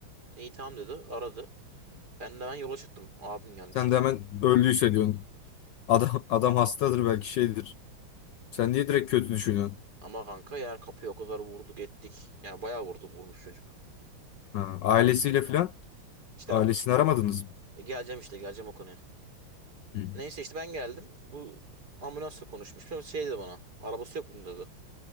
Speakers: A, on the right (about 50°); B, on the left (about 70°).
A: İyi tamam dedi aradı. Ben de ben yola çıktım. Abim gelmişti.
B: sen de hemen öldüyse diyorsun. Adam adam hastadır belki şeydir. Sen niye direkt kötü düşünüyorsun?
A: Ama kanka yani kapıya o kadar vurduk ettik. Yani bayağı vurduk vurmuş çocuk.
B: Ha, ailesiyle falan
A: İşte
B: ailesini aramadınız mı?
A: geleceğim işte geleceğim o konuya.
B: Hı.
A: Neyse işte ben geldim. Bu ambulansla konuşmuş. Sonra Şey dedi bana. Arabası yok bunun dedi.